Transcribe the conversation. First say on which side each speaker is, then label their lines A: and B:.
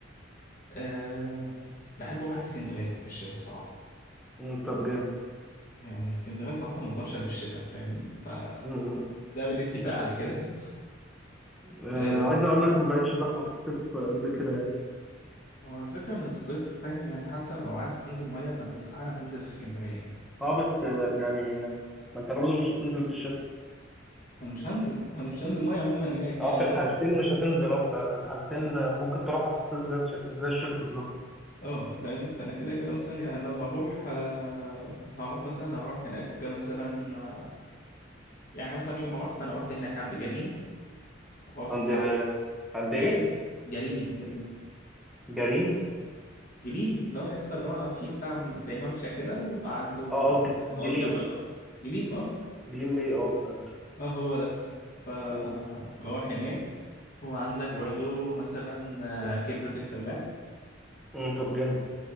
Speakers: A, on the left; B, in the centre.
A: أه بحب أروح اسكندرية في الشتاء صراحة
B: أمم، طب جامد
A: يعني اسكندرية صراحة ما تروحش إلا في الشتاء فاهمني فده
B: أمم، أمم.
A: بالاتفاق على كده <laughs>
B: آه،
A: أه
B: عايز أقول لك ما بقتش زحمة في الصيف قد كده
A: هو الفكرة إن الصيف فاهم يعني حتى لو عايز تنزل مية فأنت استحالة هتنزل في اسكندرية يعني
B: اه بس آه، يعني آه، ما انت برضو مش هتنزل في الشتاء
A: أنا مش هنزل أنا مش هنزل مية عموما هناك
B: اه
A: يعني
B: في
A: لو
B: الحالتين
A: هنزل
B: مش هتنزل اه في الحالتين
A: أه
B: آه، ممكن تروحها في الصيف زي الش- زي الشتاء بالظبط
A: آه، فاهمني فأنا كده كده مثلا يعني لو هروح أه هروح مثلا هروح هناك مثلا آه، يعني مثلا يوم ما رحت أنا رحت هناك عند جليم رحت
B: عند آه،
A: ع-
B: عند
A: جليم
B: ايه؟
A: جليم جليم
B: جرين
A: جليم اللي هو يا اسطى اللي هو فيه بتاع زي ممشى كده وعنده
B: اه ج- جليم
A: حوالي جنب البحر جليم اه
B: جليم بي اه فهمت
A: اه هو ده فبروح
B: مم.
A: هناك وعندك برضو مثلا آه، كبدة الفلاح
B: مم. طب جامد